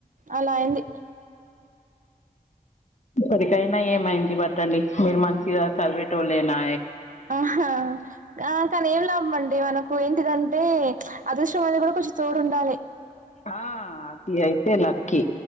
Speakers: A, on the right; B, on the left.
A: అలా అయ్యింది
B: ఇప్పటికైనా ఏమైంది <unintelligible> మీరు మంచిగా చదివేటోలేనా
A: ఆహా ఆ కానీ ఏం లాభంమండి మనకు ఏందుకంటే అదృష్టం అనేది కూడా కొంచెం తోడు ఉండాలి
B: ఆ అది అయితే లక్కి